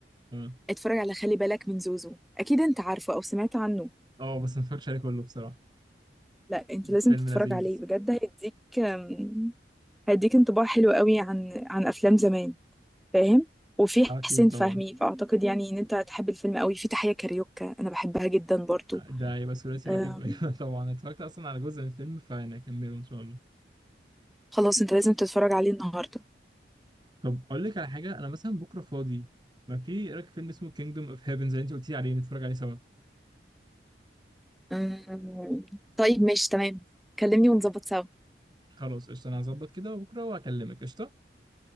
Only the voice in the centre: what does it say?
اتفرج على خلي بالك من زوزو اكيد انت عارفه او سمعت عنه
لا انت لازم
تتفرج
عليه بجد هيديك أم، هيديك انطباع حلو قوي عن عن افلام زمان فاهم وفي
حسين فهمي
فاعتقد يعني ان انت هتحب الفيلم قوي في تحية كاريوكا انا بحبها جدا برضو
أم،
خلاص انت لازم تتفرج عليه النهارده
أم، طيب ماشي تمام كلمني ونظبط سوا